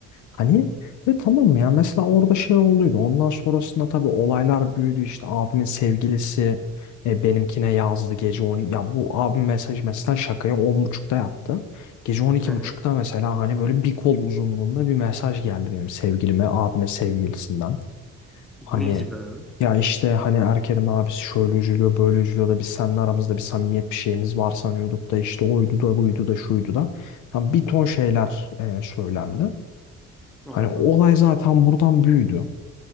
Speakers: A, on the left (about 75°); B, in the centre.
A: Hani ve tamam ya mesela orada şey olduydu. Ondan sonrasında tabii olaylar büyüdü. İşte abimin sevgilisi e, benimkine yazdı gece 10. Ya bu abim mesaj mesela şakayı on buçukta yaptı. Gece on iki
B: Hı hı.
A: buçukta mesela hani böyle bir kol uzunluğunda bir mesaj geldi benim sevgilime, abime sevgilisinden.
B: Ne
A: Hani
B: gibi abi?
A: ya işte hani Erker'in abisi şöyle üzülüyor böyle üzülüyor da biz seninle aramızda bir samimiyet bir şeyimiz var sanıyorduk da işte oydu da buydu da şuydu da. Tam bir ton şeyler e, söylendi.
B: Allah
A: Hani olay
B: Allah.
A: zaten buradan büyüdü.